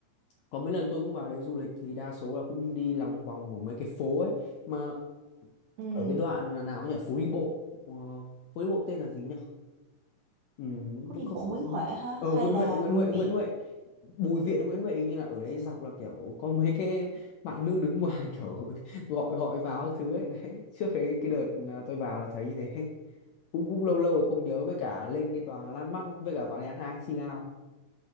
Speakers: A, on the left; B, on the right.
A: có mấy lần tôi cũng vào đấy du lịch thì đa số là cũng đi lòng vòng của mấy cái phố ấy mà
B: ừ
A: ở cái đoạn là nào ấy nhỉ phố đi bộ Ờ, phố đi bộ tên là gì nhỉ ừ,
B: phố
A: nó
B: đi
A: không
B: bộ Nguyễn
A: không-
B: Huệ ha
A: ờ
B: hay
A: Nguyễn
B: là
A: Huệ Nguyễn
B: Bùi
A: Huệ Nguyễn
B: Viện
A: Huệ Bùi Viện Nguyễn Huệ hình như là ở đấy dọc là kiểu có mấy cái bạn nữ đứng ngoài <laughs> kiểu gọi gọi vào các thứ ấy đấy trước cái cái đợt à, tôi vào là thấy như thế cũng cũng lâu lâu rồi không nhớ với cả lên cái tòa Landmark với cả vào nhà ăn hai Silao